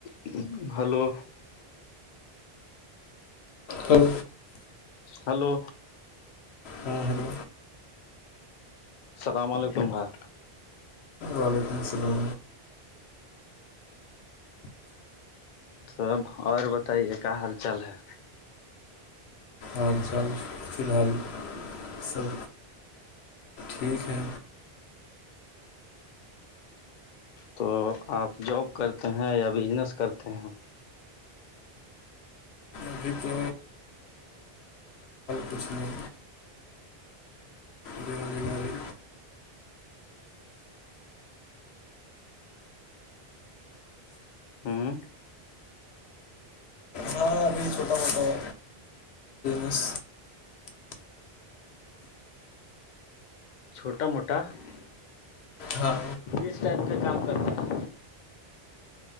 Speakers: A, on the left (about 55°); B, on the left (about 80°).
A: <inaudible> بالو
B: ہل
A: ہلو
B: ہاں ہلو
A: السلام علیکم بھ
B: وعلیکم السلام
A: تو اب اور بتائیے کیا حال چال ہے
B: حال چال فی الحال سب ٹھیک ہے
A: تو آپ جاب کرتے ہیں یا بزنس کرتے ہیں
B: جبھی تو کچ نہیں بیروزگاری
A: ہوں
B: ہاں ابھی چھوٹا موٹا ہے پس
A: چھوٹا موٹا
B: ہاں
A: اس ٹائپ کے کام کرتے ہیں